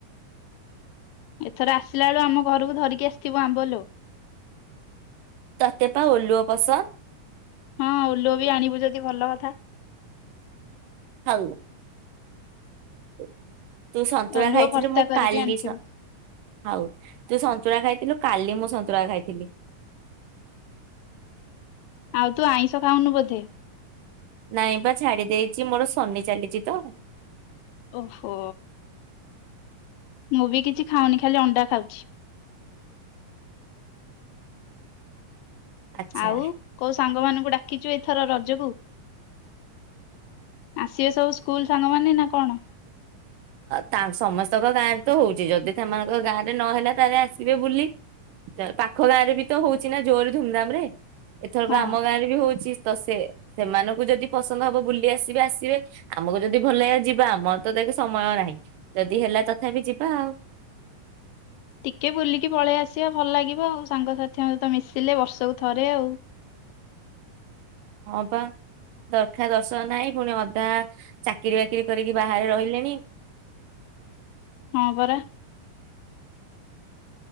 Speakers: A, on the left; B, on the right.
A: ଏଥର ଆସିଲା ବେଳୁ ଆମ ଘରକୁ ଧରିକି ଆସିଥିବୁ ଆମ୍ବ ଲୋ।
B: ତତେ ତ ଓଲୁଅ ପସନ୍ଦ।
A: ହଁ ଓଲୁଅ ବି ଆଣିବୁ ଯଦି ଭଲ କଥା।
B: ହଉ। <inaudible> ତୁ ସନ୍ତୁଳା
A: ଓଲୁଅ
B: ଖାଇଥିଲୁ
A: ଭର୍ତ୍ତା
B: ମୁଁ
A: କରିକି
B: କାଲି
A: ଆଣିଥିବୁ
B: ସ ହଉ ତୁ ସନ୍ତୁଳା ଖାଇଥିଲୁ। କାଲି ମୁଁ ସନ୍ତୁଳା ଖାଇଥିଲି।
A: ଆଉ ତୁ ଆଇଁଷ ଖାଉନୁ ବୋଧେ।
B: ନାଇଁ ବା ଛାଡି ଦେଇଛି ମୋର ଶନି ଚାଲିଚି ତ।
A: ଓହୋ ମୁଁ ବି କିଛି ଖାଉନି ଖାଲି ଅଣ୍ଡା ଖାଉଛି।
B: ଆଚ୍ଛା।
A: ଆଉ କୋଉ ସାଙ୍ଗ ମାନଙ୍କୁ ଡାକିଛୁ ଏଇଥର ର ଜ କୁ ଆସିବେ ସବୁ ସ୍କୁଲ ସାଙ୍ଗ ମାନେନା କଣ?
B: ତା ସମସ୍ତଙ୍କ ଗାଁ ରେ ତ ହଉଛି ଯଦି ସେମାନଙ୍କ ଗାଁ ରେ ନହେଲା ତାହେଲେ ଆସିବେ ବୁଲି ଯ ପାଖ ଗାଁ ରେ ବି ତ ହଉଛିି ନା ଜୋରେ ଧୁମଧାମ ରେ। ଏଥରକ
A: ହଁ
B: ଆମ ଗାଁ ରେ ବି ହଉଛି। ତ ସେ ସେମାନଙ୍କୁ ଯଦି ପସନ୍ଦ ହବ ବୁଲି ଆସିବେ ଆସିବେ ଆମକୁ ଯଦି ଭଲ ଲାଗିଲା ଯିବା ଆମର ତ ଦେଖେ ସମୟ ନାହିଁ ଯଦି ହେଲା ତଥାପି ଯିବା ଆଉ।
A: ଟିକେ ବୁଲିକି ପଳେଇ ଆସିବା ଭଲ ଲାଗିବ ଆଉ ସାଙ୍ଗସାଥିଙ୍କ ସହିତ ମିଶିଲେ ବର୍ଷକୁ ଥରେ ଆଉ।
B: ହଁ ବା ଦରଖା ଦର୍ଶନ ନାହିଁ ପୁଣି ଅଧା ଚାକିରି ବାକିରି କରିକି ବାହାରେ ରହିଲେଣି।
A: ହଁ ପରା।